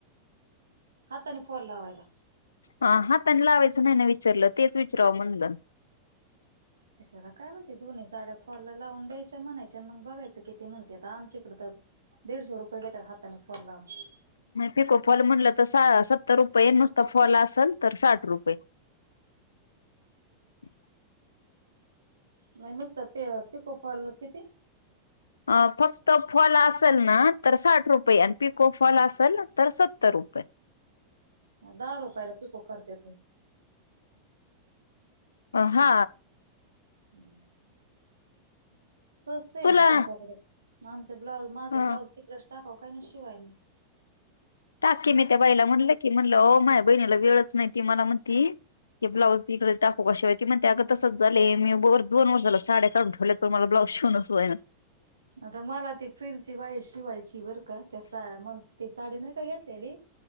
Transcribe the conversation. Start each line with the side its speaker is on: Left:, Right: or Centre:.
Right: हाताने फॉल लावायला.
Left: हा हाताने लावायचे नाही ना विचा विचारलं तेच विचारव म्हणलं
Right: कशारा काय म्हणती दोन्ही साड्या फॉल लावून द्यायच्या म्हणायच्या आणि मग बघायचं किती म्हणते. आता आमच्याकड तर दीडशे रुपये घेतात हाताने फॉल लावायचे.
Left: पिको फॉल म्हणलं तर सत्तर रुपये नुसत फॉल असल तर साठ रुपये <inaudible>
Right: म नुसता प पिको फॉल किती
Left: अ फक्त फॉल असेल ना तर साठ रुपये आणि पिको फॉल असेल तर सत्तर रुपये ह <inaudible>
Right: दहा रुपयाला पिको करतायेत. वय
Left: हा.
Right: हम. स्वस्तं आहे
Left: तुला
Right: मग तुमच्याकडे आमचं ब्लाऊज माझं
Left: हा
Right: ब्लाऊज तिकडेच टाकावं काय शिवाय,
Left: टाकी मी त्या बाईला म्हणलं की म्हणलं हो माझ्या बहिणीला वेळच नाही. ती मला म्हणती. ते ब्लाज तिकडे टाकू का शिवायला ती म्हणते अगं तसं झालंय मी बर दोन वर्ष झाला साड्या काढून ठेवलाय मला ब्लाऊ शिवणच होईना.
Right: आता मला ती फिलची बाई शिवायची बर का त्या मग ती साडी नाही का घेतलेली.